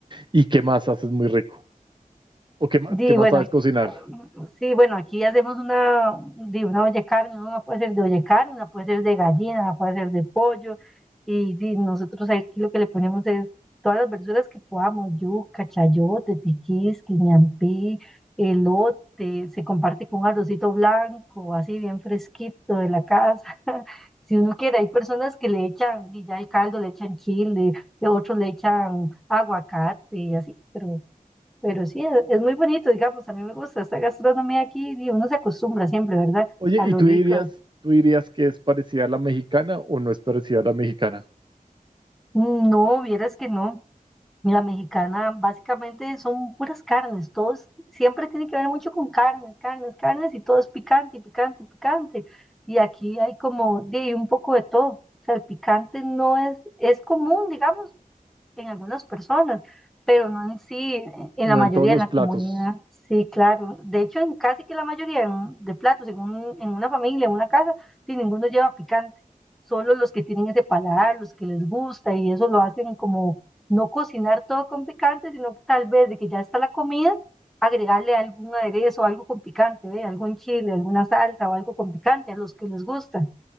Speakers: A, on the right; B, in the centre.
A: ¿Y qué más haces muy rico? ¿O qué más,
B: Di,
A: qué más
B: bueno,
A: sabes cocinar?
B: sí, bueno, aquí hacemos una, di, una olla de carne, ¿no? una puede ser de olla de carne, una puede ser de gallina, una puede ser de pollo, y di, nosotros aquí lo que le ponemos es todas las verduras que podamos, yuca, chayote, tiquís, quinampí, elote, se comparte con un arrocito blanco, así bien fresquito de la casa, <laughs> si uno quiere, hay personas que le echan, y ya el caldo le echan chile, y otros le echan aguacate y así, pero pero sí, e- es muy bonito, digamos, a mí me gusta esta gastronomía aquí y uno se acostumbra siempre, ¿verdad?
A: Oye,
B: A
A: ¿y
B: lo
A: tú
B: rico.
A: dirías, tú dirías que es parecida a la mexicana o no es parecida a la mexicana?
B: Mm, No, vieras que no. La mexicana básicamente son puras carnes, todos siempre tiene que ver mucho con carnes, carnes, carnes y todo es picante, y picante, y picante. Y aquí hay como de un poco de todo. O sea, el picante no es, es común, digamos, en algunas personas, pero no en sí, en en
A: No
B: la mayoría
A: en todos los
B: de la
A: platos.
B: comunidad. Sí, claro. De hecho, en casi que la mayoría en- de platos, en, un- en una familia, en una casa, sí, ninguno lleva picante. Solo los que tienen ese paladar, los que les gusta, y eso lo hacen como no cocinar todo con picante, sino tal vez de que ya está la comida, agregarle algún aderezo, algo con picante, ¿ve? Algún chile, alguna salsa o algo con picante a los que les gusta.